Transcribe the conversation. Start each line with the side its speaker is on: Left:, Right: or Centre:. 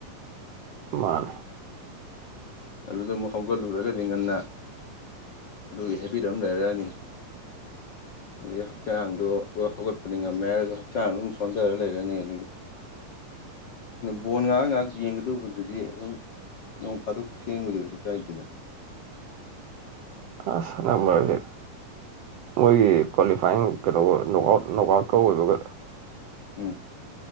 Right: ꯃꯥꯅꯦ
Left: ꯑꯗꯨꯗ ꯑꯃꯨꯛ ꯍꯧꯒꯠꯂꯨꯔꯒꯗꯤ ꯉꯟꯅ ꯑꯗꯨꯒꯤ ꯍꯥꯏꯕꯤꯔ ꯑꯃ ꯂꯩꯔꯛꯑꯅꯤ ꯑꯗꯨꯩ ꯍꯛꯆꯥꯡꯗꯣ ꯍꯧꯒꯠꯄꯗꯤ ꯉꯝꯃꯦ ꯍꯥꯏꯔꯁꯨ ꯍꯛꯆꯥꯡ ꯑꯗꯨꯝ ꯁꯣꯟꯊꯔ ꯂꯩꯔꯅꯤ ꯑꯗꯨꯗꯤ ꯕꯣꯟ ꯉꯥꯏꯍꯥꯛ ꯉꯥꯏꯍꯥꯛ ꯌꯦꯡꯒꯗꯧꯕꯗꯨꯗꯤ ꯑꯗꯨꯝ ꯅꯣꯡ ꯐꯥꯗꯣꯛ ꯁꯨ ꯀꯥꯏꯁꯤꯗ
Right: ꯑ ꯁꯅꯝꯕꯖ ꯃꯣꯏꯒꯤ ꯀ꯭ꯋꯥꯂꯤꯐꯥꯏꯌꯤꯡ ꯀꯩꯗꯧꯕ ꯅꯣꯛꯑꯥꯎꯠ ꯅꯣꯛ ꯑꯥꯎꯠꯀ ꯑꯣꯏꯕꯒ
Left: ꯎꯝ